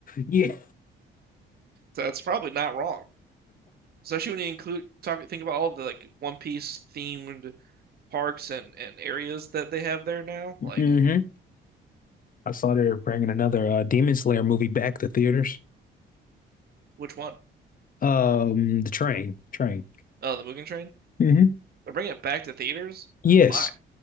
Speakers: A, on the left (about 45°); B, on the right (about 50°).
A: yeah,
B: So That's probably not wrong, especially when you include talk think about all the like One Piece themed parks and and areas that they have there now. Like
A: hmm I saw they're bringing another uh, Demon Slayer movie back to theaters.
B: which one?
A: Um, the train, train.
B: Oh, the Mugen Train.
A: hmm
B: They're bringing it back to theaters.
A: Yes.
B: Why?